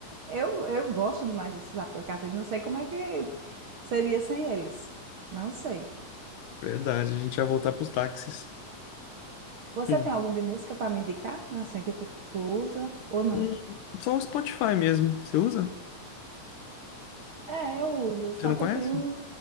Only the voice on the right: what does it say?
Eu, eu gosto demais desses aplicativos, não sei como é que seria sem eles. Não sei.
Você
tem algum de música para me indicar? Assim que tu tu usa ou não?
É, eu uso, só
que
eu queria um.